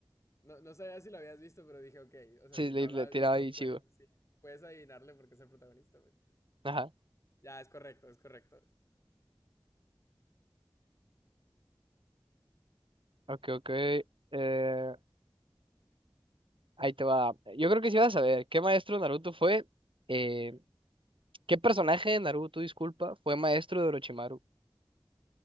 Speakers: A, on the left; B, on the right.
A: No, no sabía si lo habías visto, pero dije, ok, o sea,
B: Sí,
A: si
B: le,
A: no
B: le
A: lo has
B: tiraba
A: visto,
B: a Ichigo.
A: pues, sí, puedes adivinarle porque es el protagonista. pues.
B: Ajá.
A: Ya, es correcto, es correcto.
B: Ok, ok. Eh, ahí te va. Yo creo que sí vas a saber. ¿Qué maestro de Naruto fue? Eh, ¿qué personaje de Naruto, disculpa, fue maestro de Orochimaru?